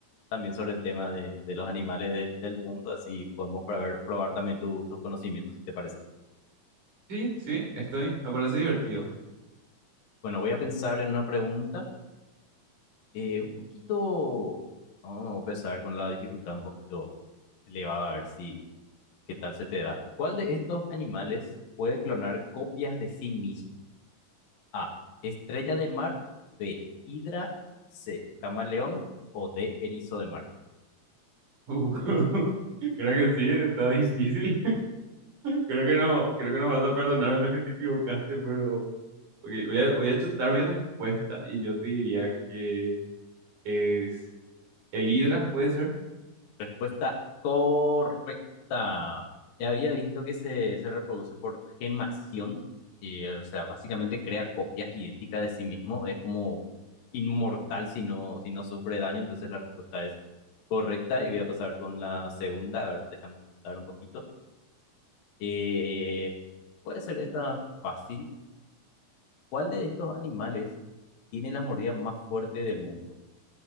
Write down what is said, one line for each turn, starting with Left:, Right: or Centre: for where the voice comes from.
Left: también sobre el tema de, de los animales del, del mundo? Así podemos probar, probar también tu- tus conocimientos, si te parece.
Right: Sí, sí, estoy. Me parece divertido.
Left: Bueno, voy a pensar en una pregunta eh, un poquito, vamos a empezar con la dificultad un poquito elevada, a ver si, qué tal se te da. ¿Cuál de estos animales puede clonar copias de sí mismo? A. Estrella de mar. B. Hidra. C. Camaleón. O D. Erizo de mar.
Right: <laughs> Uh, <laughs> creo que sí, está difícil. Creo que no, creo que no vas a perdonar a los que te equivocaste, pero ok, voy a, voy a chutar mi respuesta y yo te diría que es el Hidra, ¿puede ser?
Left: Respuesta correcta. Ya había visto que se, se reproduce por gemación. y, o sea, básicamente crea copias idénticas de sí mismo. Es como inmortal si no, si no sufre daño. Entonces la respuesta es correcta. Y voy a pasar con la segunda. A ver, déjame pensar un poquito. Eh, puede ser esta fácil. ¿Cuál de estos animales tiene la mordida más fuerte del mundo?